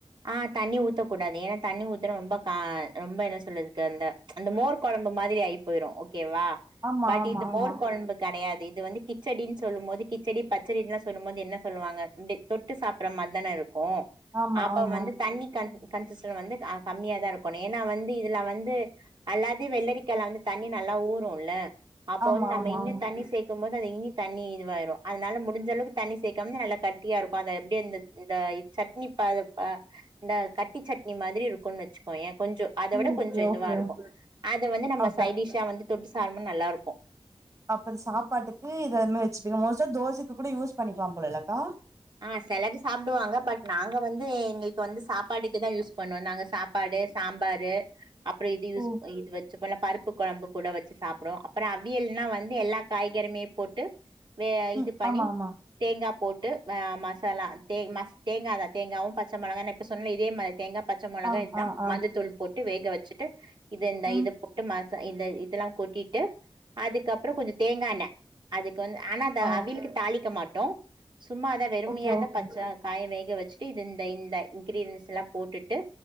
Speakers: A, on the right; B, on the right.
A: ஆ தண்ணி ஊத்தக் கூடாது ஏன்னா தண்ணி ஊத்துனா ரொம்ப கா ரொம்ப என்ன சொல்றதுக்கு அந்த இந்த மோர் கொழம்பு மாதிரி ஆயி போயிரும் ஓ கே வா
B: ஆமா
A: பட்
B: ஆமா
A: இது
B: ஆமா
A: மோர் கொழம்பு கெடையாது இது வந்து கிச் கிச்சடின் சொல்லும் போது கிச்சடி பச்சடின்லா சொல்லும் போது என்ன சொல்லுவாங்க இப்டி தொட்டு சாப்ற மார் தானே இருக்கூ
B: ஆமா
A: அப்ப
B: ஆமா
A: வந்து தண்ணி கன் கன்சிஸன் வந்து கம்மியா தான் இருக்கணு ஏன்னா வந்து இதுல வந்து அல்லாது வெள்ளரிக்கால வந்து தண்ணி நல்லா ஊறுல்ல அப்ப
B: ஆமா
A: வந்து நம்ம
B: ஆமா
A: இன்னு
B: ஆமா
A: தண்ணி சேக் இருக்கும்போது அது இனி தண்ணி இதுவாயிரு அதனால முடிஞ்ச அளவுக்கு தண்ணி சேக்காம நல்லா கட்டியா இருக்கு அத அப்டியே இந்த இந்த சட்னி ப பா இந்த கட்டி சட்னி மாதிரி இருக்குன்னு வச்சுக்கோயே கொஞ்சோ அத விட
B: ஓகே
A: கொஞ்ச இதுவா
B: ஓகே
A: இருக்கூ அத வந்து நம்ம
B: ஓகே
A: சைடிஷா வந்து தொட்டு சாப்ட போது நல்லாருக்கூ
B: அப்போ இத சாப்பாட்டுக்கு இத அந்மாரி வச்சுப்பீங்க மோஸ்டா தோசைக்கு கூட யூஸ் பண்ணிக்லாம் போல இல்லக்கா
A: ஆ செலது சாப்டுவாங்க பட் நாங்க வந்து எங்களுக்கு வந்து சாப்பாடுக்கு தா யூஸ் பண்ணுவோ நாங்கா சாப் சாப்பாடு சாம்பாரு அப்பறோ இது யூஸ்
B: ஓ
A: இது வச்சுபோ இல்ல பருப்பு கொழம்பு கூட வச்சி சாப்டுவோ அப்றோ அவியல்னா வந்து எல்லா காய்கறிமே போட்டு வே
B: ம்
A: இது பண்ணி
B: ஆமா ஆமா
A: தேங்கா போட்டு ஆ மசாலா தே மஸ் தேங்காதா தேங்காவு பச்ச மொளகா நா இப்ப சொன்னே இதே மாரி தேங்கா பச்ச மொளகா
B: ஆ
A: இதா
B: ஆ ஆ
A: மஞ்சத்தூள் போட்டு வேக வச்சிட்டு இதுன்ட
B: ம்
A: இது போட்டு இந்த இதலா கொட்டிட்டு அதுக்கப்றோ கொஞ்ச தேங்கா எண்ணெ அதுக்கு வந்து ஆனா அத
B: ஆ
A: அவிலுக்கு தாளிக்க மாட்டோ சும்மாதா வெறுமனயாதா
B: ஓகே ஓகே
A: பச்ச காய வேக வச்சிட்டு இது இந்த இந்த இன்கிரீடன்ஸ் எல்லா போட்டுட்டு